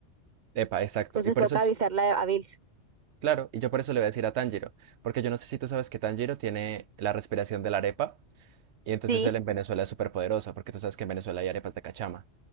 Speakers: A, on the right; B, on the right.
A: Epa, exacto.
B: Entonces
A: Y por
B: toca
A: eso, ch-
B: avisarle a a Bills.
A: claro, y yo por eso le voy a decir a Tanjiro, porque yo no sé si tú sabes que Tanjiro tiene la respiración de la arepa. Y entonces
B: Sí,
A: él en Venezuela es súper poderoso, porque tú sabes que en Venezuela hay arepas de cachama.